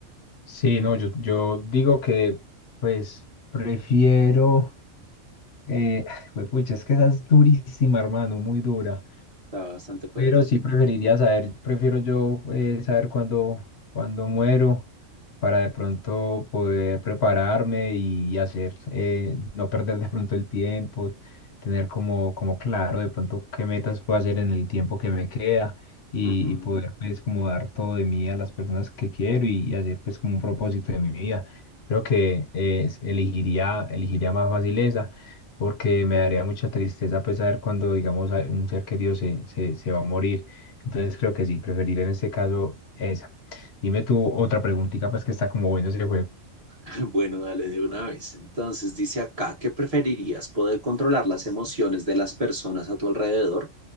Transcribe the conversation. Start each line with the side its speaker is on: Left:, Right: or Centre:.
Left: Sí, no, yo, yo digo que pues prefiero... Eh, <sighs> pucha, es que esa es durísima, hermano, muy dura.
Right: Está bastante fuerte,
Left: Pero
Right: sí.
Left: sí preferiría saber, prefiero yo eh, saber cuándo, cuándo muero para de pronto poder prepararme y hacer, eh, no perder de pronto el tiempo, tener como, como claro de pronto qué metas puedo hacer en el tiempo que me queda y,
Right: Ujú.
Left: y poder pues como dar todo de mí a las personas que quiero y, y hacer pues como un propósito de mi vida. Creo que eh, elegiría, elegiría más fácil esa porque me daría mucha tristeza pues saber cuando, digamos, a- un ser querido se, se, se va a morir. Entonces creo que sí, preferiría en este caso esa. Dime tú otra preguntita, pues que está como bueno ese juego.
Right: <laughs> Bueno, dale de una vez. Entonces dice acá, ¿qué preferirías? ¿Poder controlar las emociones de las personas a tu alrededor